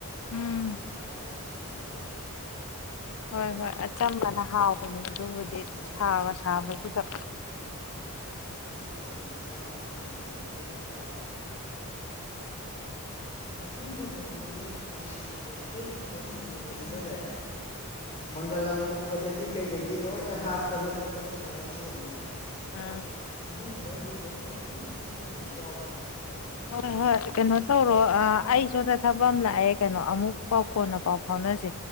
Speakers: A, on the left (about 70°); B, on the left (about 30°).
A: ꯎꯝ
B: ꯆꯕ ꯅꯨꯡꯉꯥꯏꯇ
A: ꯍꯣꯏ ꯍꯣꯏ ꯑꯆꯝꯕꯅ ꯍꯥꯎꯕꯅꯦ ꯑꯗꯨꯕꯨꯗꯤ
B: ꯁꯧꯒ꯭ꯔꯤ
A: ꯁꯥꯕ ꯁꯥꯕꯒꯤꯗ
B: ꯁꯛ꯭ꯂꯤ ꯊꯣꯡꯕꯒꯨꯝꯕ ꯈꯥꯃꯦꯟ ꯑꯁꯤ ꯑꯁꯤꯟꯕꯒꯨꯝꯕ ꯊꯧ꯭ꯂꯤ ꯊꯣꯡꯕꯁꯤꯅꯤꯅꯦ ꯌꯥꯝꯅ ꯑꯩꯈꯣꯏ ꯑ ꯁꯣꯝꯕ ꯊꯦꯡꯅꯕꯁꯤꯅꯅꯦ ꯃꯪꯒꯜ ꯑꯄꯣꯞꯄꯗꯒꯤ ꯀꯩꯗꯒꯤ ꯂꯣꯏꯅ ꯍꯥꯞꯇꯅ ꯈꯣꯠꯇꯅ ꯇꯧꯔ ꯊꯣꯡꯉꯦꯕ ꯑꯗꯣ
A: ꯎꯝ
B: ꯏꯃꯨꯡꯗꯗꯗꯤ ꯑꯗꯨꯝ ꯁꯧꯀꯤꯡ ꯈꯛꯇꯪ ꯊꯣꯡꯕꯁꯨ ꯌꯥꯎꯕ꯭ꯔ ꯃꯣꯏ
A: ꯍꯣꯏ
B: ꯥꯏ ꯆ
A: ꯍꯣꯏ
B: ꯂꯩꯗꯤ
A: ꯀꯩꯅꯣ ꯇꯧꯔꯣ
B: ꯊꯥꯛꯄ
A: ꯑꯩ ꯁꯣꯝꯗ ꯊꯕꯛ ꯑꯃ ꯂꯥꯛꯑꯦ ꯀꯩꯅꯣ ꯑꯃꯨꯛ ꯄꯥꯎ ꯀꯣꯟꯅ ꯄꯥꯎ ꯐꯥꯎꯅꯁꯦ